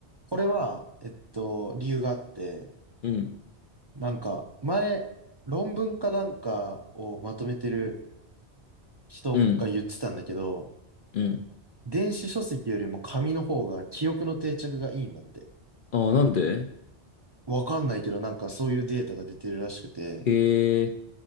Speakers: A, on the right; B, on the left.
A: これは、えっと、理由があって、
B: うん、
A: なんか、前、論文かなんかをまとめてる人が言ってたんだけど、
B: うん、うん。
A: 電子書籍よりも紙の方が記憶の定着がいいんだって。
B: ああ、なんで
A: わかんないけど、なんかそういうデータが出てるらしくて、
B: へえ、